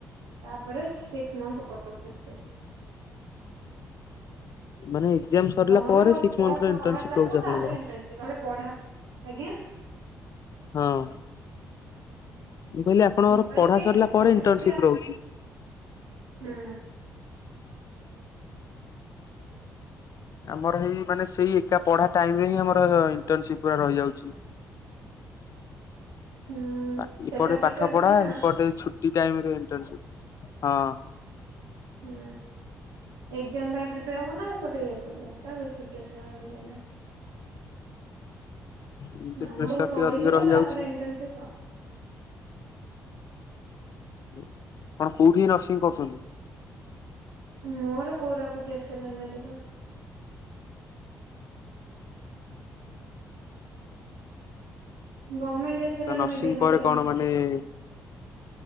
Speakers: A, on the right; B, on the left.
A: ତାପରେ ସିକ୍ସ୍ ମନ୍ଥ୍ <inaudible>
B: ମାନେ ଏକ୍ଜାମ ସରିଲା
A: ତମର
B: ପରେ ସିକ୍ସ
A: ପଢ଼ା
B: ମନ୍ଥର
A: ସ
B: ଇଣ୍ଟର୍ନସିପ
A: ପଢା ଚାଲିବ
B: ରହୁଛି ଆପଣଙ୍କର
A: ତାଦେହରେ ଇଣ୍ଟନ୍ସିପ୍ ତାପରେ ପଢା ଆଜ୍ଞା।
B: ହଁ। ମୁଁ କହିଲି ଆପଣଙ୍କର
A: ମୁଁ କହିଲି
B: ପଢ଼ା ସରିଲା
A: ପଢା
B: ପରେ ଇଣ୍ଟନ୍
A: ସରିଲା
B: ସିପ୍ ରହୁଚି।
A: ହୁଁ।
B: ଆମର ହେଇ ମାନେ ସେଇ ଏକା ପଢ଼ା ଟାଇମ୍ ରେ ହିଁ ଆମର ଇଣ୍ଟନସିପ୍ ପୁରା ରହିଯାଉଛି।
A: ହୁଁ
B: ଆ
A: ସେଟା
B: ଇପଟେ
A: ପ୍ରେସର
B: ପାଠ ପଢ଼ା
A: ବେଶୀ ନା
B: ହିପଟେ
A: ଆଉ
B: ଛୁଟି ଟାଇମ୍ ରେ ଇଣ୍ଟନସିପ୍ ହଁ।
A: ହୁଁ ଏକ୍ଜାମ ପାଇଁ ପ୍ରିପେୟାର୍ ହବ ନା ଏପଟେ ଇଏ କରିବ ସେଟା ବେଶୀ ପ୍ରେସର୍ ଏମତି ହେଲେ।
B: ଏମିତିରେ
A: ତମର
B: ପ୍ରେସର
A: ସରିଯିବ
B: ଟିକେ ଅଧିକ ରହିଯାଉଛି
A: ତାପରେ ଇଣ୍ଟନସିପ୍
B: ଉଁ ଆପଣ କୋଉଠି ହି ନର୍ସିଂ କରୁଚନ୍ତି?
A: ମୋର କୋରାପୁଟୁ ଏସେଲାଲ୍ ମେଡିକାଲ୍। ଗମେଣ୍ଟ ଏସେଲାଲ୍
B: ତ ନର୍ସିଂ
A: ମେଡି-ମେଡିକାଲ
B: ପରେ କଣ
A: ନାହିଁ
B: ମାନେ
A: କେ